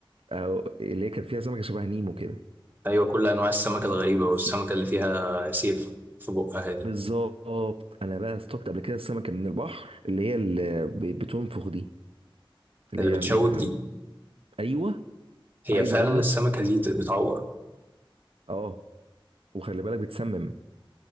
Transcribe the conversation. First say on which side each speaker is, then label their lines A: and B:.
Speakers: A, on the right; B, on the right.
A: أو اللي هي كانت فيها سمكه شبه نيمو كده
B: ايوه كل انواع السمكه الغريبه
A: بس-
B: والسمكه اللي فيها سيف في بقها دي
A: بالظبط انا بقى اصطدت قبل كده السمكه من البحر اللي هي اللي ب- بتنفخ دي اللي
B: اللي بتشوك
A: هي ال...
B: دي
A: ايوه
B: هي
A: عايز
B: فعلا
A: اقول لك
B: السمكه دي بتعور
A: اه وخلي بالك بتسمم